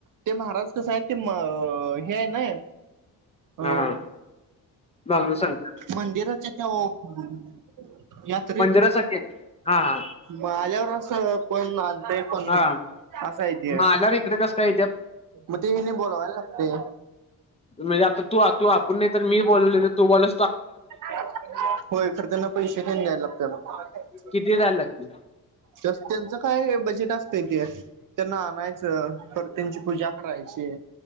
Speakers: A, on the right; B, on the left.
A: ते महाराज कसं आहेत ते हे आहे ना हो
B: हा हा बांगडू सांगतात
A: मंदिराच्या त्या यात्र
B: मंदिरासाठी हा हा
A: माल्यावर असं कोण आणतय पण नाही
B: हा
A: असं आहेती
B: मग आल्यावर इकडे कसं काय येत्यात
A: मग तेही नाही बोलावायला लागते
B: म्हणजे आता तू तू आपण नाही तर मी बोलले तू बोलला
A: होय ए खर त्यांना पैसे देन द्यायला लागत म
B: किती दल लागली
A: त्यांचं काय बजेट असतंय ते त्यांना आणायचं पर त्यांची पूजा करायची